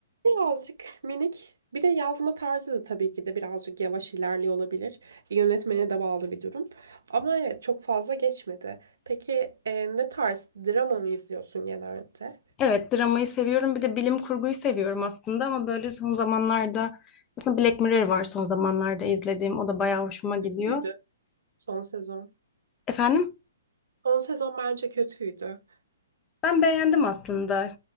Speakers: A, on the right (about 80°); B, on the left (about 25°).
A: birazcık minik bir de yazma tarzı da tabii ki de birazcık yavaş ilerliyor olabilir. Yönetmene de bağlı bir durum ama evet çok fazla geçmedi. Peki e, ne tarz drama mı izliyorsun genelde?
B: Evet, dramayı seviyorum. Bir de bilim kurguyu seviyorum aslında ama böyle son zamanlarda aslında Black Mirror var son zamanlarda izlediğim. O da bayağı hoşuma gidiyor.
A: Kötüydü son sezon.
B: Efendim?
A: Son sezon bence kötüydü.
B: Ben beğendim aslında.